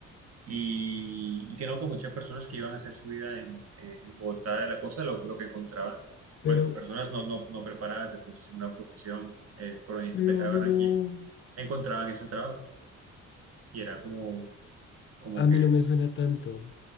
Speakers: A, on the right; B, on the left.
A: Y, y que no, que muchas personas que iban a hacer su vida en, eh, en Bogotá de la costa, lo, lo que encontraban, pues
B: Pero,
A: personas no, no, no preparadas, de pronto sin una profesión eh, provenientes
B: pero
A: de acá
B: a
A: de
B: mí
A: Barranquilla,
B: no.
A: encontraban ese trabajo. Y era como, como
B: A
A: que,
B: mí no me suena tanto.